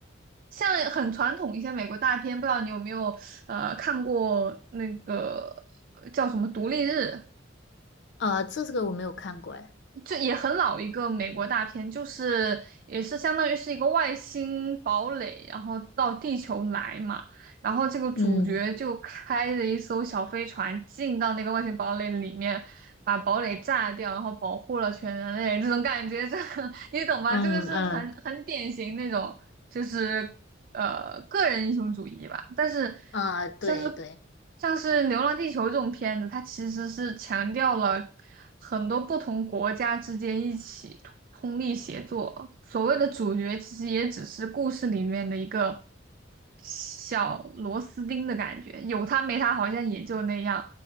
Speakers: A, on the right; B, on the left.
A: 像很传统一些美国大片，不知道你有没有呃看过那个叫什么《独立日》。
B: 呃，这个我没有看过，哎，
A: 就也很老一个美国大片，就是也是相当于是一个外星堡垒，然后到地球来嘛，然后这个主角就开着一艘小飞船进到那个外星堡垒里面，
B: 嗯
A: 把堡垒炸掉，然后保护了全人类，这种感觉，这个 <laughs> 你懂吧？
B: 嗯嗯，
A: 这个是很很典型那种。就是呃个人英雄主义吧。但是
B: 呃，对对，
A: 像是像是《流浪地球》这种片子，它其实是强调了很多不同国家之间一起通力协作。所谓的主角其实也只是故事里面的一个小螺丝钉的感觉，有他没他好像也就那样。